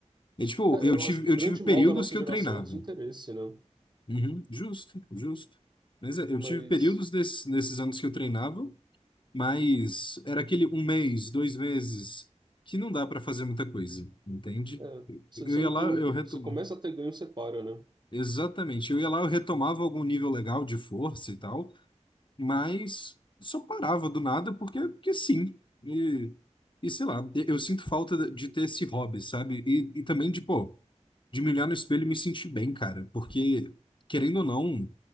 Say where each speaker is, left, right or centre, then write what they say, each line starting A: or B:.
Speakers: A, on the left; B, on the right.
A: E, tipo,
B: É,
A: eu
B: eu
A: tive,
B: acho que o
A: eu
B: grande
A: tive períodos
B: mal da nossa
A: que
B: geração
A: eu treinava.
B: é o desinteresse, né?
A: Uhum, justo, justo. Mas é, eu
B: Mas
A: tive períodos desses, nesses anos que eu treinava, mas era aquele um mês, dois meses, que não dá pra fazer muita coisa, entende?
B: é, você
A: Eu
B: você
A: ia
B: não
A: lá,
B: tem muito.
A: eu retomava.
B: Você começa a ter ganho, você para, né?
A: Exatamente. Eu ia lá, eu retomava algum nível legal de força e tal, mas só parava do nada porque, porque sim. E, e sei lá, eu sinto falta de ter esse hobby, sabe? E, e também de, pô, de me olhar no espelho e me sentir bem, cara, porque, querendo ou não,